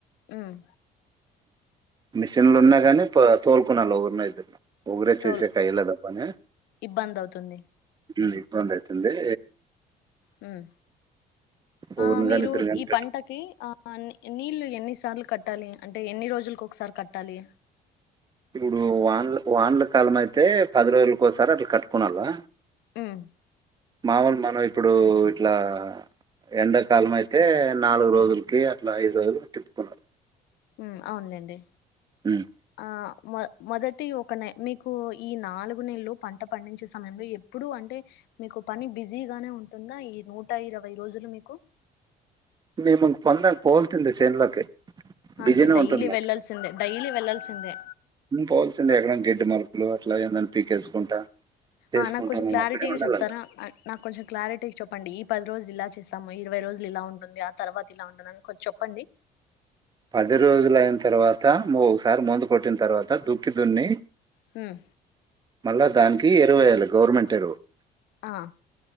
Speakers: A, on the left (about 80°); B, on the right (about 25°).
A: మ్మ్
B: మిషన్లు ఉన్నా కానీ తోలుకునాలో ఉన్నాయి. ఒకరే చేసే
A: తోల్
B: టైలర్ పనా,
A: ఇబ్బంది అవుతుంది
B: జూలీ. బంధైతుందే.
A: మ్మ్,
B: ఒకరిని
A: ఆ మీరు
B: కానీ ఇద్దరు కానీ
A: ఈ
B: పెట్టు
A: పంటకి ఆ నీళ్ళ. ఎన్ని సార్లు కట్టాలి అంటే ఎన్ని రోజులలకు ఒకసారి కట్టాలి.
B: ఇప్పుడు వాన్ల వాన్ల కాలం అయితే పది రోజులకోసారు అట్లా కట్టుకునాలా.
A: మ్మ్
B: మామూలు మనం ఇప్పుడు ఇట్లా. ఎండాకాలం అయితే నాలుగు రోజులకి అట్లా ఐదు రోజులు తిప్పుకుంటాం.
A: మ్మ్ అవునులేండి
B: మ్మ్
A: ఆ మొదటి ఒక న మీకు ఈ నాలుగు నెలలు పంట పండించే సమయంలో ఎప్పుడు అంటే. అంటే మీకు పని బిజీగానే ఉంటుందా. ఈ నూట ఇరవై రోజులు మీకు.
B: <unintelligible> మేము పొందా పోల్తుంది చేన్లకి. బిజీనే
A: అంటే డైలీ
B: ఉంటుందండి
A: వెళ్లాల్సిందే డైలీ వెళ్లాల్సిందే
B: ఉ పోల్. రెండు ఎకరాలు గడ్డి మందు అట్లా ఏందని పీకేసుకుంటా. చేసుకుంటా
A: ఆ నాకు కొంచెం
B: మేము
A: క్లారిటీగా
B: అక్కడే ఉండాలి
A: చెప్తారా. నాకు కొంచెం క్లారిటీకగా చెప్పండి. పది రోజులు ఇలా చేస్తాము. ఇరవై రోజులు ఇలా ఉంటుంది ఆ తర్వాత ఇలా ఉంటుంది. అని కొంచం చెప్పండి.
B: పది రోజులు అయిన తర్వాత నువ్వు ఒకసారి ముందు కొట్టిన తర్వాత దుక్కి దున్ని.
A: మ్మ్
B: మళ్ళా దానికి ఎరవు వెయ్యాలి గవర్నమెంట్ ఎరువు.
A: ఆ